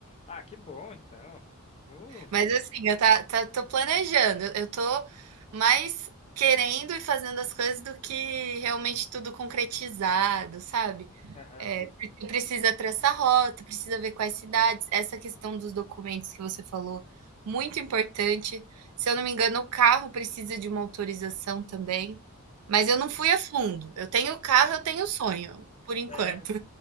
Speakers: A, on the left; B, on the right.
A: Ah, que bom, então. Uh,
B: Mas assim, eu tá, tá, tô planejando. Eu tô mais querendo e fazendo as coisas do que realmente tudo concretizado, sabe?
A: aham.
B: É, porque precisa traçar rota, precisa ver quais cidades. Essa questão dos documentos que você falou, muito importante. Se eu não me engano, o carro precisa de uma autorização também. Mas eu
A: Ah,
B: não fui a fundo. Eu tenho o carro, eu tenho o sonho, por enquanto.
A: É,